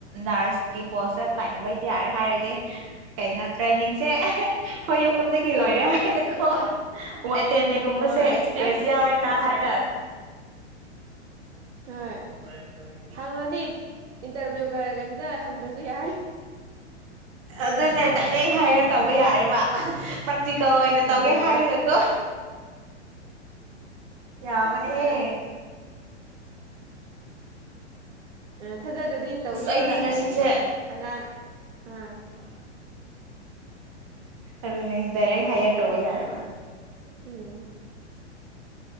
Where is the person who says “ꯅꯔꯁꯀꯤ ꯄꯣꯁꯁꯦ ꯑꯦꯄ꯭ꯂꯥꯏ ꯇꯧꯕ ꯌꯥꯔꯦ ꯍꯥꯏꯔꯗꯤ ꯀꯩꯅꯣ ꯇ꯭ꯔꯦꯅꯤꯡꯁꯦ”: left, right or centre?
Right